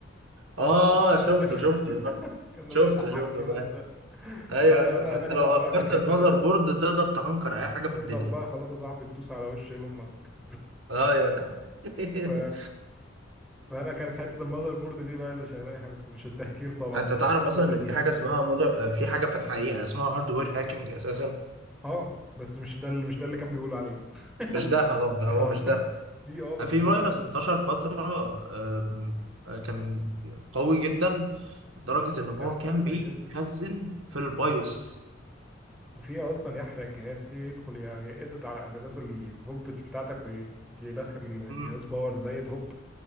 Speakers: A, on the right; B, in the centre.
A: اه
B: اقول
A: شفته
B: لك <laughs>
A: شفته آه.
B: كان
A: شفته
B: ده بيضحكني
A: شفته
B: موت
A: بقى
B: ده
A: ايوه
B: انا
A: ايوه
B: انا انا
A: انت
B: كنت
A: لو هكرت
B: بقى في الحته
A: المذر
B: دي
A: بورد تقدر تهنكر اي حاجة
B: تقدر
A: في الدنيا
B: بقى خلاص يا صاحبي تدوس على وش ايلون ماسك
A: اه يا ده حاجة <laughs>
B: ف... فانا كانت حته المذر بورد دي بقى اللي شغلاني حاجة، بس مش التهكير طبعا
A: انت
B: بقى
A: تعرف
B: حته
A: اصلا ان
B: ال
A: في حاجة اسمها مذر في حاجة في الحقيقة اسمها هاردوير هاكينج اساسا
B: اه بس مش ده اللي مش ده اللي كان بيقول عليه
A: مش
B: <laughs>
A: ده اه ده هو
B: اه
A: مش ده
B: دي اه بس
A: آه، في
B: مش
A: فيروس
B: ده
A: انتشر فترة أم، آه، كان قوي جدا لدرجة
B: في
A: إن
B: بيحرق
A: هو كان
B: الاجهزه
A: بيتخزن في البيوس
B: وفي اصلا يحرق الجهاز في يدخل ي- يقدر على اعدادات الفولتج بتاعتك ويدخل الجهاز
A: مم.
B: باور زايد هوب